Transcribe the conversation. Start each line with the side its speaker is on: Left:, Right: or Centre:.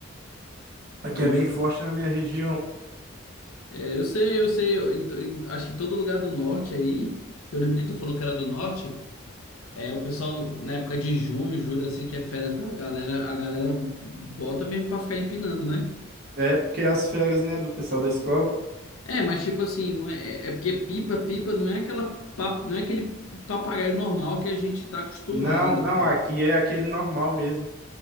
Right: aqui
Left: Muito.
Right: é bem forte na minha região.
Left: É, eu sei, eu sei. eu ent- ent- acho que todo lugar do norte aí, eu lembro que tu falou que era do norte, é o pessoal na época de junho, julho, assim, que é férias da galera, a galera bota mesmo pra ficar empinando, né?
Right: É porque as férias, né, do pessoal da escola.
Left: É, mas tipo assim, não é, é é porque pipa, pipa não é aquela, pa- não é aquele papagaio normal que a gente tá acostumado,
Right: Não, não,
Left: cara.
Right: aqui é aquele normal mesmo.